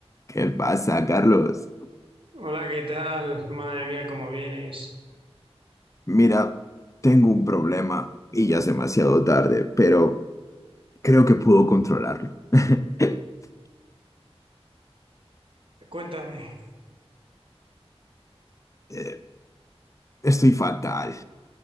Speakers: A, on the left; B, on the right.
A: ¿Qué pasa, Carlos?
B: Hola, ¿qué tal? Madre mía, ¿cómo vienes?
A: Mira, tengo un problema y ya es demasiado tarde, pero creo que puedo controlarlo. <laughs>
B: Cuéntame.
A: Eh, estoy fatal.